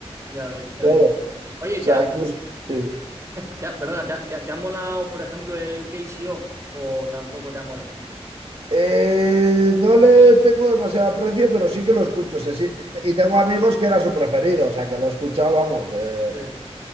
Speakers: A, on the right (about 25°); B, on the right (about 60°).
A: ya ves, ya
B: Claro.
A: ves.
B: O
A: Oye,
B: sea,
A: ¿te ha,
B: incluso, sí.
A: te ha- perdona, ¿te ha, te ha- te ha molado, por ejemplo, el K KCO? ¿O ¿O tampoco te ha molado?
B: Eh, no le tengo demasiado aprecio, pero sí que lo escucho, sí, sí. Y tengo amigos que era su preferido, o sea, que lo escuchábamos. eh,
A: Sí,